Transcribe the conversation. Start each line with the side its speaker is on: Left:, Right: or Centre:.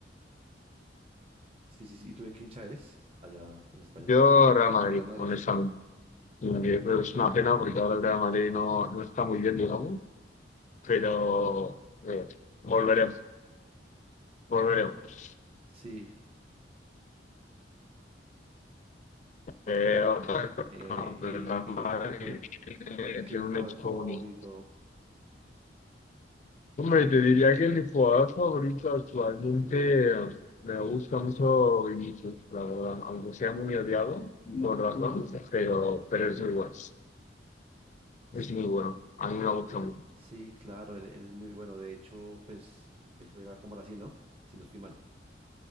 Right: Sí, sí, sí. ¿Y tú de qué hincha eres? Allá en España.
Left: yo Real Madrid,
Right: Del Real Madrid,
Left: honestamente.
Right: ¿sí?
Left: Y yo creo que es una pena porque ahora el Real Madrid no, no está muy bien, digamos, pero eh, volveremos, volveremos.
Right: Sí.
Left: Eh, otra cosa,
Right: eh,
Left: ¿no?
Right: y,
Left: el Real Madrid
Right: y- y cuál-
Left: eh, tiene
Right: qué jugador
Left: un equipo
Right: es tu favorito?
Left: único. Hombre, te diría que mi jugador favorito actualmente
Right: ¿Qué ju-
Left: eh, me gusta mucho Vinicius, la verdad, aunque sea muy odiado, por razón, pero, pero es muy bueno,
Right: S-
Left: es muy bueno, a mí me gusta mucho,
Right: Sí, claro, él, él es muy bueno. De hecho, pues él juega con Brasil, ¿no? Si no estoy mal,